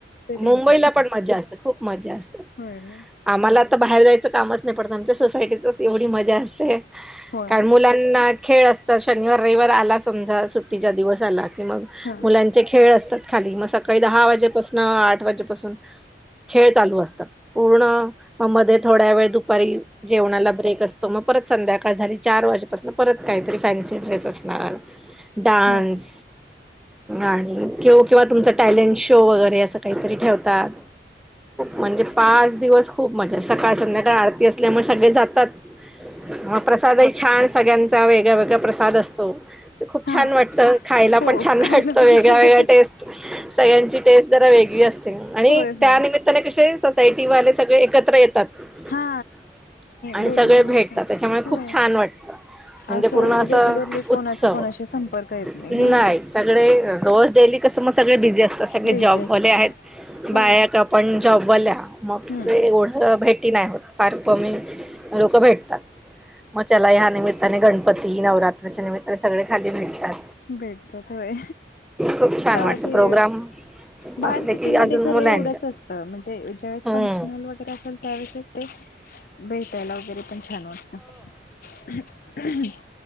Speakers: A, on the left; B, in the centre.
A: त्यांच्या
B: मुंबईला
A: तिथं
B: पण मज्जा असते, खूप मज्जा असते.
A: होय ना
B: आम्हाला आता बाहेर जायचं कामच नाही पणत आमच्या सोसायटीचं. एवढी मजा असते
A: होय
B: कारण
A: ना.
B: मुलांना खेळ असते. तर शनिवार, रविवार आला समजा सुट्टीचा दिवस आला कि मग
A: हा
B: मुलांचे खेळ अस. खाली मग सकाळी दहा वाजेपासून आठ वाजेपासून खेळ चालू असतात. पूर्ण मग मध्ये थोड्या वेळ दुपारी. जेवणाला ब्रेक असतो, मग परत संध्याकाळ झाली चार वाजेपासून परत काहीतरी फॅन्सी ड्रेस असणार. डान्स
A: हा
B: आणि. कि किंवा तुमचा टॅलेंट शो वगैरे असं काहीतरी ठेवतात म्हणजे. पाच दिवस खूप मजा सकाळ संध्याकाळ आरती असल्यामुळे सगळे जातात. हा प्रसादही छान सगळ्यांचा वेगळा वेगळा प्रसाद असतो. खूप
A: हा
B: छान वाटतं खायला
A: हो
B: पण छान
A: खायला
B: वाटतं
A: पण
B: वेगळ्या
A: छान
B: वेगळ्या. सगळ्यांची टेस्ट जरा वेगळी असते. आणि
A: होय
B: त्या
A: होय
B: कसे सोसायटी वाले सगळे एकत्र येतात. <inaudible>
A: हा
B: आणि
A: बोलणं
B: सगळे भेटतात,
A: वगैरे पण
B: त्याच्यामुळे
A: होय
B: खूप छान वाटतं. म्हणजे
A: असं
B: पूर्ण अस
A: रेग्युलरली
B: उत्सव
A: कोणाचा कोणाशी संपर्क येत
B: नाही
A: हे ना
B: सगळे रोज डेली. कसम सगळे बिझी असतात. सगळे
A: बिझी
B: जॉबवाले
A: असते
B: आहेत
A: होय
B: बायक आपण जॉबवाल्या. मग
A: हम्म
B: एवढं भेटी नाही होत फार कमी लोक भेटतात. मग त्याला या निमित्ताने गणपती नवरात्राच्या निमित्ताने सगळे खाली भेटतात.
A: भेटतात होय.
B: खूप छान
A: त्या
B: वाटतं
A: ते
B: प्रोग्राम
A: बाार
B: असले
A: सिटीमध्येध्ये
B: की अजून मुलांच्या
A: खरं एवढंच असतं म्हणजे ज्यावेळेस
B: हम्म
A: फंक्शन. व असेल त्या ते भेटायला वगैरे पण छान वाटत. हम्.